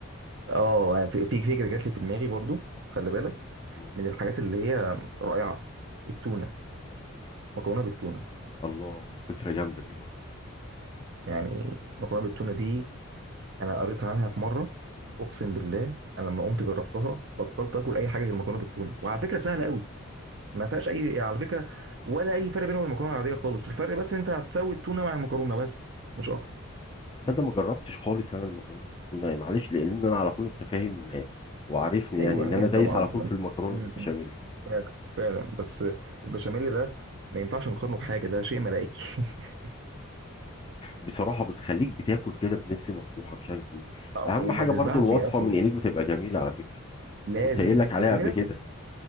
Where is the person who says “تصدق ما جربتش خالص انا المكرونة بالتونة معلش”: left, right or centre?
Left